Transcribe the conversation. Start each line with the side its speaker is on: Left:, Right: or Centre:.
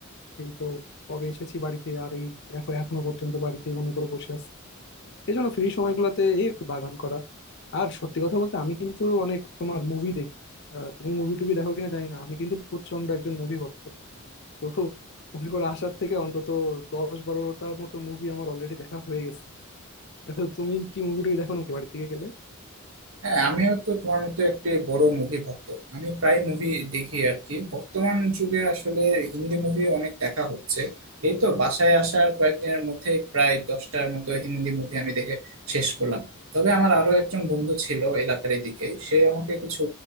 Left: এই তো কবে এসেছি বাড়িতে আর এই দেখো এখনো পর্যন্ত বাড়িতে মনে করে বসে আছি এই জন্য ফ্রি সময়গুলোতে এই একটু বাগান করা আর সত্যি কথা বলতে আমি কিন্তু অনেক তোমার মুভি দেখি আহ, তুমি মুভি টুভি দেখো কিনা জানি না আমি কিন্তু প্রচন্ড একজন মুভি ভক্ত তো মনে করো আসার থেকে অন্তত দশ বারোটার মতো মুভি আমার অলরেডি দেখা হয়ে গেছে তো তুমি কি মুভি টুভি দেখো নাকি বাড়ির দিকে গেলে
Right: হ্যাঁ আমিও তো তোমার মতো একটি বড় মুভি ভক্ত আমি প্রায় মুভি দেখি আর কি বর্তমান যুগে আসলে হিন্দি মুভি অনেক দেখা হচ্ছে এই তো বাসায় আসার কয়েকদিনের মধ্যে প্রায় দশটার মতো হিন্দি মুভি আমি দেখে শেষ করলাম তবে আমার আরো একজন বন্ধু ছিল এলাকার এদিকে সে আমাকে কিছু